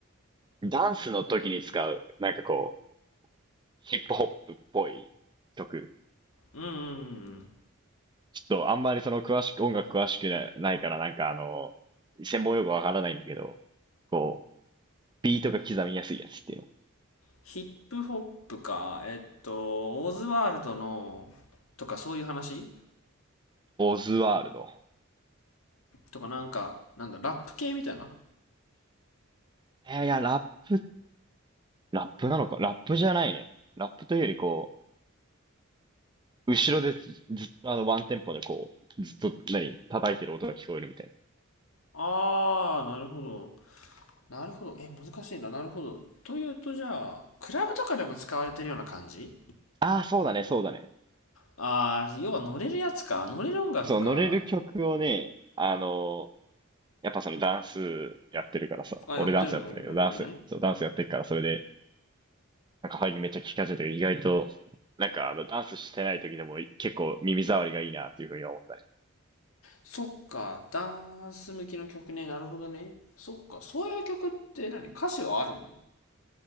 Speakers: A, on the right; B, on the left.
A: う。ダンスの時に使う、なんかこう、ヒップホップっぽい曲。
B: うんうんうん
A: ちょっとあんまりその詳しく、音楽詳しくなないから、なんかあの、専門用語わからないんだけど、こう、ビートが刻みやすいやつっていうの。
B: ヒップホップかえっとオーズワールドのとかそういう話
A: オズワールド。
B: とかなんかなんだラップ系みたいな
A: えーいや、ラップ、ラップなのかラップじゃないね。ラップというよりこう、後ろでずずっとあのワンテンポでこう、ずっと何、叩いてる音が聞こえるみたい
B: あーなるほどなるほど。え、難しいな。なるほど。というと、じゃあ、クラブとかでも使われてるような感じ
A: な。ああ、そうだね、そうだね。
B: ああ、要は乗れるやつか。乗れる音楽か。
A: そう、乗れる曲をね、あの、やっぱそのダンスやってるからさ、
B: あ、
A: 俺ダンスやってんだけど、
B: やってるんだ。おうなるほどね。
A: ダンス、そう、ダンスやってるから、それで、なんか配慮めっちゃ聞かせゃるけど、意外と、なんかあの、ダンスしてない時でも結構耳障りがいいなっていうふうには思ったね。
B: そっか。ダンス向きの曲ね。なるほどね。そっか。そういう曲って何歌詞はあるの